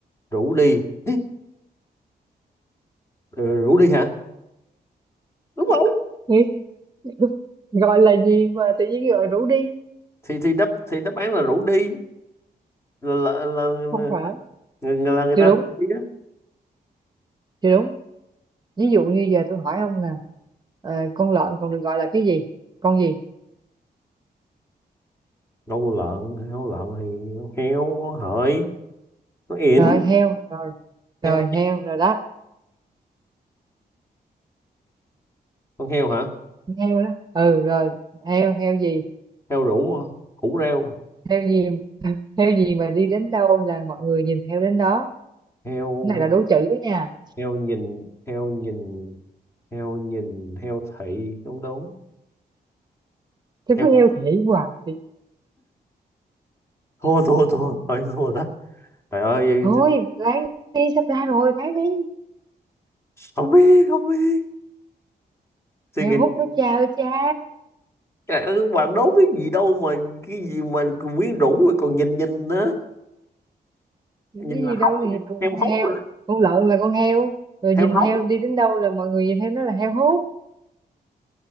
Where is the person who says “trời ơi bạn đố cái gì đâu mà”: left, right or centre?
Left